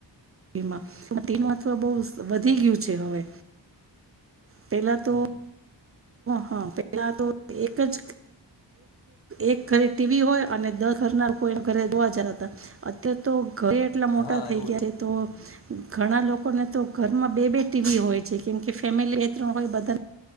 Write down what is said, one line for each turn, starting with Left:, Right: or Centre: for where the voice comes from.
Right: શમાં પણ તે
Left: હમ
Right: મહત્વ બહુ વધી ગયું છે હવે પેલા તો
Left: હમ
Right: હ પેલા તો એક જ એક ઘરે ટીવી હોય અને દસ ઘરના લોકો ઘરે જોવા જ હતા અત્યારે તો ઘરે એટલા મોટા
Left: હા
Right: થઈ
Left: એવું
Right: ગયા
Left: હતું
Right: છે તો
Left: હમ
Right: ઘણા લોકોને તો ઘરમાં બે બે ટીવી હોય છે કેમ કે ફેમિલી એ ત્રણ હોય બધા